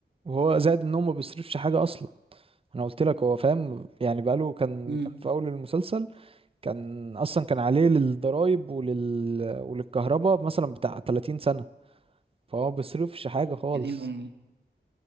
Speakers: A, on the right; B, on the right.
A: وهو زائد ان هو ما بيصرفش حاجة اصلا انا قلت لك هو فاهم يعني بقاله كان
B: امم
A: كان في اول المسلسل كان اصلا كان عليه للضرايب ولل... وللكهرباء مثلا بتاع 30 سنة فهو ما بيصرفش حاجة خالص
B: يا دين امي